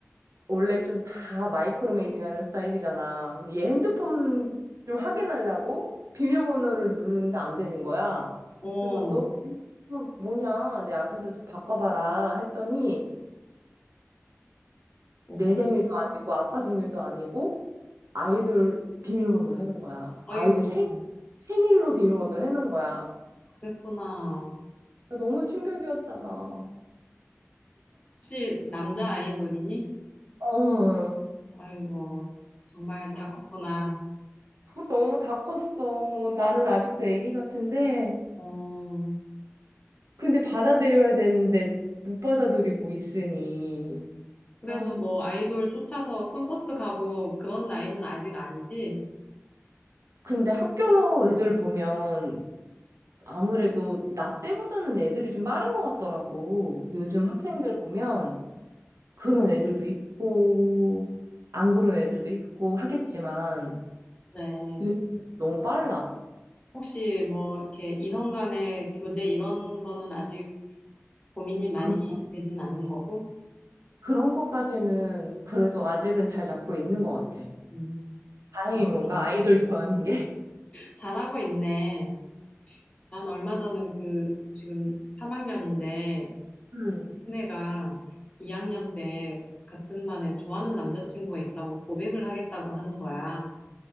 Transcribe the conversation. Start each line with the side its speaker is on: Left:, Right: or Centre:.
Right: 원래 좀 다 마이크로 메이징 하는 스타일이잖아. 근데 얘 핸드폰 좀 확인하려고 비밀번호를 누르는데 안 되는 거야.
Left: 어,
Right: 그래서 너 비밀번호 뭐냐? 내 앞에서 좀 바꿔봐라 했더니
Left: 어,
Right: 내 생일도 아니고 아빠 생일도 아니고 아이들 비밀번호를 해놓은 거야.
Left: 아이고,
Right: 아이들 생, 생일로 비밀번호를 해놓은 거야.
Left: 그랬구나.
Right: 너무 충격이었잖아.
Left: 혹시 남자 아이돌이니?
Right: 어,
Left: 아이고, 정말 다 컸구나.
Right: 너무 다 컸어. 나는 아직도 아기 같은데,
Left: 어,
Right: 근데 받아들여야 되는데 못 받아들이고 있으니.
Left: 그래도
Right: 아,
Left: 뭐 아이돌 쫓아서 콘서트 가고 그런 나이는 아직 아니지?
Right: 근데 학교 애들 보면 아무래도 나 때보다는 애들이 좀 빠른 것 같더라고. 요즘
Left: 음,
Right: 학생들 보면 그런 애들도 있고, 안 그런 애들도 있고 하겠지만,
Left: 그래.
Right: 요즘 너무 빨라.
Left: 혹시 뭐 이렇게 이성 간의 교제 이런 거는 아직 고민이 많이
Right: 그런,
Left: 되진 않는 거고?
Right: 그런 것까지는 그래도 아직은 잘 잡고 있는 것 같아.
Left: 음,
Right: 다행인
Left: 잘하고,
Right: 건가? 아이들 좋아하는 게? <laughs>
Left: 잘하고 있네. 난 얼마 전에 그 지금 3학년인데
Right: 음.
Left: 큰애가 2학년 때 같은 반에 좋아하는 남자친구가 있다고 고백을 하겠다고 하는 거야.